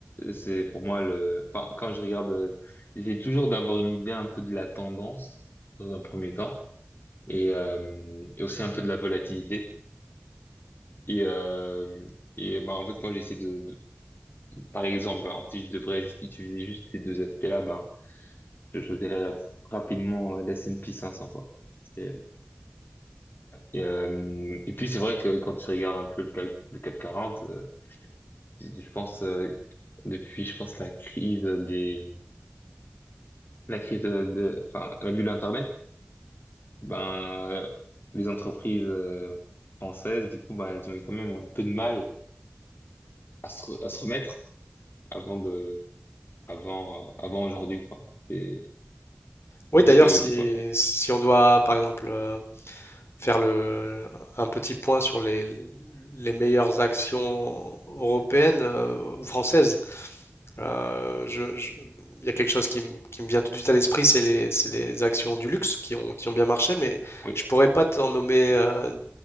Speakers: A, on the left; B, on the left.
A: c'est pour moi le. Enfin, quand je regarde, euh, j'essaie toujours d'avoir une idée un peu de la tendance dans un premier temps. et, euh, et aussi un peu de la volatilité. Et, euh, et ben, en fait, quand j'essaie de, de- par exemple, ben, si je devrais juste utiliser juste ces deux aspects-là, ben, je choisirais rapidement l'S&P 500, quoi. C'est- Et, euh, et puis, c'est vrai que quand tu regardes un peu le, cal- le CAC quarante euh, je pense, euh, depuis, je pense, la crise des, la crise de, de- enfin, la bulle Internet, ben, euh, les entreprises, euh, françaises, du coup, ben, elles ont eu quand même un peu de mal à se, re- à se remettre avant de avant euh, avant aujourd'hui quoi. C'est
B: Oui,
A: parce
B: d'ailleurs,
A: que
B: si,
A: du coup,
B: si on doit, par exemple, euh, faire le, un petit point sur les, les meilleures actions européennes euh, ou françaises. Euh, je- je- Il y a quelque chose qui, me qui me vient tout de suite à l'esprit, c'est les, c'est les actions du luxe qui ont, qui ont bien marché, mais
A: oui,
B: je pourrais pas t'en nommer euh, d-